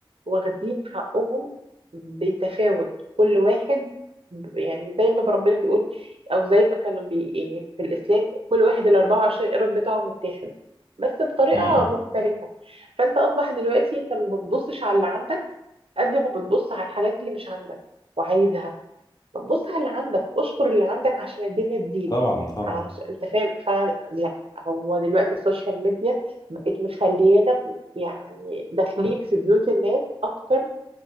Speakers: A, on the right; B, on the left.
A: واخدين حقهم بتفاوت كل واحد ب- يعني زي ما ربنا بيقول او زي ما كانوا بي يعني في الاسلام كل واحد ال 24 قيراط بتاعهم متاخد بس بطريقه
B: امم
A: مختلفه فانت اصبح دلوقتي انت ما بتبصش على اللي عندك قد ما بتبص على الحاجات اللي مش عندك وعايزها طب بص على اللي عندك اشكر اللي عندك عشان الدنيا تزيد
B: طبعا طبعا
A: عشان انت فاهم فعلا لا هو دلوقتي السوشيال ميديا بقت مخليانا ب- يعني داخلين في بيوت الناس اكتر